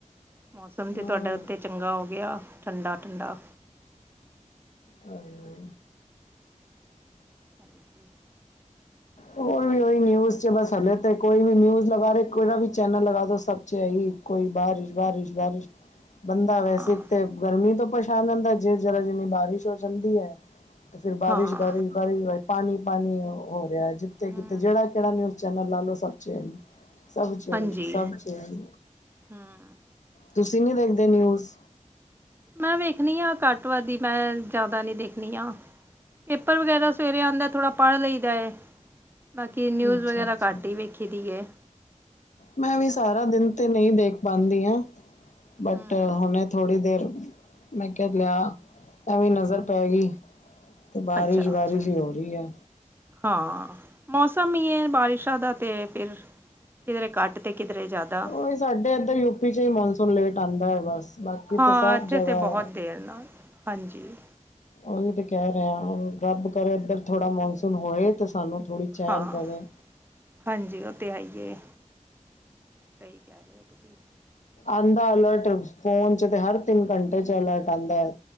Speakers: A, on the right (about 15°); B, on the left (about 65°).
A: ਮੌਸਮ ਤੇ
B: ਹੂੰ
A: ਤੁਹਾਡਾ ਉੱਥੇ ਚੰਗਾ ਹੋ ਗਿਆ ਠੰਡਾ ਠੰਡਾ।
B: ਹਾਏ ਹੋਏ।
A: ਹਾਂਜੀ।
B: ਹੋਰ ਉਈ ਉਈ ਨਿਊਜ 'ਚ ਬਸ ਹਲੇ ਤਾਂ ਕੋਈ ਵੀ ਨਿਊਜ਼ ਲਗਾ ਰਹੇ ਕਿਹੜਾ ਵੀ ਚੈਨਲ ਲਗਾ ਦਿਓ ਸਭ 'ਚ ਇਹੀ। ਕੋਈ, ਬਾਰਿਸ਼ ਬਾਰਿਸ਼ ਬਾਰਿਸ਼। ਬੰਦਾ
A: ਹਾਂ
B: ਵੈਸੇ ਇੱਕ ਤੇ ਗਰਮੀ ਤੋਂ ਪਰੇਸ਼ਾਨ ਰਹਿੰਦਾ, ਜੇ ਜ਼ਰਾ ਜਿੰਨੀ ਬਾਰਿਸ਼ ਹੋ ਜਾਂਦੀ ਐ। ਤੇ ਫਿਰ ਬਾਰਿਸ਼
A: ਹਾਂ
B: ਬਾਰਿਸ਼ ਬਾਰਿਸ਼ ਬਾਰੀ ਪਾਣੀ ਪਾਣੀ ਹੋ ਰਿਹਾ ਜਿੱਥੇ
A: ਹਮ
B: ਕਿਤੇ ਜਿਹੜਾ ਕਿਹੜਾ ਨਿਊਜ਼ ਚੈਨਲ ਲਾ ਲਓ, ਸਭ 'ਚ ਇਹੀ, ਸਭ 'ਚ ਇਹੀ,
A: ਹਾਂਜੀ
B: ਸਭ 'ਚ ਏ ਆਈ,
A: ਹਮ
B: ਤੁਸੀਂ ਨੀ ਦੇਖਦੇ ਨਿਊਜ਼?
A: ਮੈਂ ਵੇਖਨੀ ਆ ਕੱਟ ਵੱਧ ਹੀ, ਮੈਂ ਜ਼ਿਆਦਾ ਨੀ ਦੇਖਨੀ ਆ। ਪੇਪਰ ਵਗੈਰਾ ਸਵੇਰੇ ਆਂਉਦਾ, ਥੋੜਾ ਪੜ੍ਹ ਲਈਦਾ ਐ। ਬਾਕੀ ਨਿਊਜ਼
B: ਅੱਛਾ
A: ਵਗੈਰਾ
B: ਅੱਛਾ
A: ਘੱਟ ਹੀ ਵੇਖੀ ਦੀ ਹੈ।
B: ਮੈਂ ਵੀ ਸਾਰਾ ਦਿਨ ਤੇ ਨਹੀਂ ਦੇਖ ਪਾਉਂਦੀ ਆ, ਬਟ
A: ਹਮ ਹਮ
B: ਹੁਣੇ ਥੋੜ੍ਹੀ ਦੇਰ, ਮੈਂ ਕਿਹਾ ਲੈ ਆ, ਐਵੇਂ ਨਜ਼ਰ ਪੈ ਗਈ। ਤੇ ਬਾਰਿਸ਼
A: ਅੱਛਾ
B: ਬਾਰਿਸ਼
A: ਅੱਛਾ
B: ਹੀ ਹੋ ਰਹੀ ਐ।
A: ਹਾਂ, ਮੌਸਮ ਈ ਐ ਬਾਰਿਸ਼ਾਂ ਦਾ ਤੇ ਫਿਰ ਕਿਧਰੇ ਘੱਟ ਤੇ ਕਿਧਰੇ ਜ਼ਿਆਦਾ।
B: ਉਹੀ ਸਾਡੇ ਇੱਧਰ ਯੂਪੀ ਚ ਹੀ ਮੌਨਸੂਨ ਲੇਟ ਆਉਂਦਾ ਐ ਬਸ। ਬਾਕੀ
A: ਹਾਂ
B: ਤਾਂ ਸਭ
A: ਇੱਥੇ
B: ਜਗ੍ਹਾ
A: ਤਾਂ ਬਹੁਤ
B: ਹੈ।
A: ਦੇਰ ਨਾਲ ਹਾਂਜੀ।
B: ਉਹੀ ਤਾਂ ਕਹਿ ਰਿਹਾ ਆ, ਹੁਣ ਰੱਬ ਕਰੋ ਇੱਧਰ ਥੋੜ੍ਹਾ ਮੌਨਸੂਨ ਹੋਏ ਤਾਂ ਸਾਨੂੰ ਥੋੜ੍ਹੀ ਚੈਨ
A: ਹਾਂ
B: ਪਵੇ।
A: ਹਾਂਜੀ ਉਹ ਤੇ ਆਈਏ, ਸਹੀ ਕਹਿ ਰਹੇ ਹੋ ਤੁਸੀਂ।
B: ਆਉਂਦਾ ਅਲਰਟ ਫੋਨ 'ਚ ਤੇ ਹਰ ਤਿੰਨ ਘੰਟੇ 'ਚ ਅਲਰਟ ਆਦਾ ਐ।